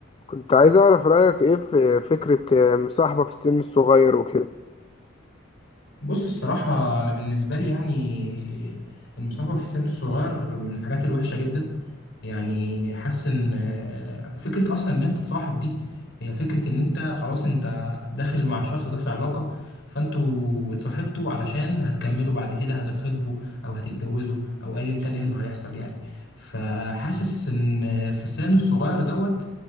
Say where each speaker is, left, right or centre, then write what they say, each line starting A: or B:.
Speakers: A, on the left; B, on the left.
A: كنت عايز أعرف رأيك إيه في فكرة آه، مصاحبة في السن الصغير وكده
B: بص الصراحة أنا بالنسبة لي يعني المصاحبة في السن الصغير من الحاجات الوحشة جدا يعني حاسس إن آه، فكرة أصلا إن أنت تصاحب دي هي فكرة إن أنت خلاص أنت داخل مع الشخص ده في علاقة فأنتوا اتصاحبتوا علشان هتكملوا بعد كده هتتخطبوا أو هتتجوزوا أو أيا كان إيه اللي هيحصل يعني فحاسس إن في السن الصغير دوت